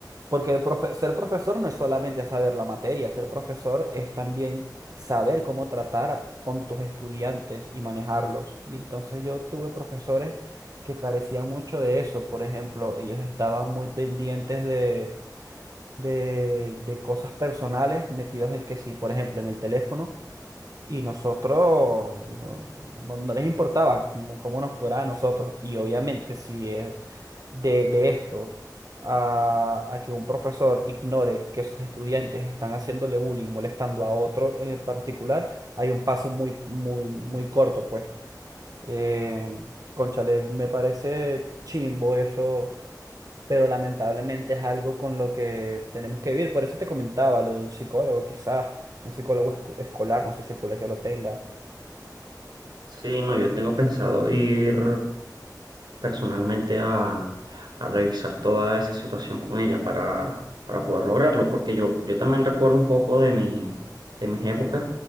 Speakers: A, on the right; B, on the right.
A: Porque el profe- ser profesor no es solamente saber la materia, ser profesor es también saber cómo tratar con tus estudiantes y manejarlos. Y entonces yo tuve profesores que carecían mucho de eso. Por ejemplo, ellos estaban muy pendientes de, de, de cosas personales, metidos en que si, por ejemplo, en el teléfono. Y nosotros no, no- no les importaba cómo, cómo nos fuera a nosotros. Y obviamente si es de, de esto a, a que un profesor ignore que sus estudiantes están haciéndole bullying y molestando a otro en particular, hay un paso muy, muy, muy corto, pues. Eh, cónchale, me parece chimbo eso, pero lamentablemente es algo con lo que tenemos que vivir. Por eso te comentaba lo de un psicólogo, quizás, un psicólogo esco- escolar, no sé si el colegio lo tenga.
B: Sí, no, yo tengo pensado ir. personalmente a, a revisar toda esa situación con ella para, para poder lograrlo, porque yo, yo también recuerdo un poco de mi, de mis épocas